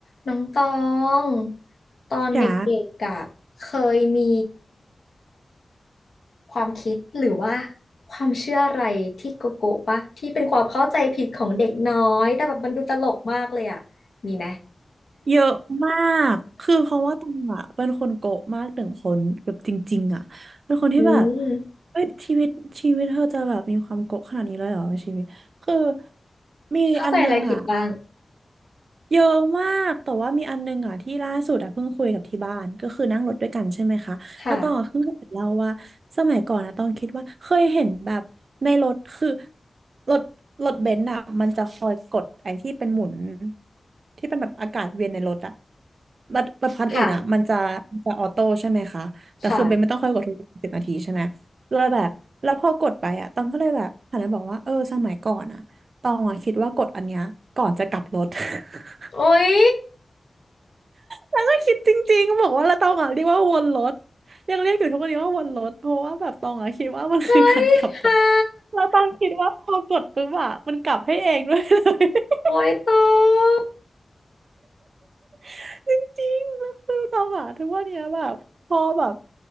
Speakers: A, on the left; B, on the right.
A: น้องตองตอนเด็กๆอะเคยมี
B: จ๋า
A: ความคิดหรือว่าความเชื่ออะไรที่โกโก้ปะที่เป็นความเข้าใจผิดของเด็กน้อยแต่แบบมันดูตลกมากเลยอะมีไหม
B: เยอะมากคือเพราะว่าตองอ่ะเป็นคนโกะมากหนึ่งคนแบบจริงๆอ่ะเป็นคนที่แบบ
A: อืม
B: เฮ้ยชีวิตชีวิตเธอจะแบบมีความโกะขนาดนี้เลยเหรอชีวิตคือมีอันนึงอ่ะ
A: เข้าใจอะไรผิดบ้าง
B: เยอะมากแต่ว่ามีอันนึงอ่ะที่ล่าสุดอ่ะเพิ่งคุยกับที่บ้านก็คือนั่งรถด้วยกันใช่ไหมคะแล้วตองอะเพิ่งเห็นเล่าว่าสมัยก่อนอ่ะต้องคิดว่าเคยเห็นแบบในรถคือ
A: ค่ะ
B: รถรถเบนซ์อ่ะมันจะคอยกดไอ้ที่เป็นหมุนที่เป็นแบบอากาศเวียนในรถอ่ะรถรถคันอื่นอ่ะมันจะมันจะออโต้ใช่ไหมคะแต่คือเบนซ์ไม่ต้องคอยกดทุกสิบนาทีใช่ไหม
A: ค่ะค่ะ
B: เลยแบบแล้วพอกดไปอ่ะต้องก็เลยแบบหันไปบอกว่าเออสมัยก่อนอ่ะตองอ่ะคิดว่ากดอันเนี้ยก่อนจะกลับรถ <laughs>
A: โอ๊ย
B: แล้วก็คิดจริงๆบอกว่าเราตองอ่ะเรียกว่าวนรถยังเรียกอยู่ทุกวันนี้ว่าวนรถเพราะว่าแบบตองอ่ะคิดว่ามันคือการขับรถ
A: โอ๊ยค่ะ
B: เราตองคิดว่าพอกดปุ๊บอ่ะมันกลับให้เองด้วยเลย
A: โอ๊ยตอง
B: <laughs> จริงๆก็คือตองอ่ะทุกวันเนี้ยแบบพอแบบ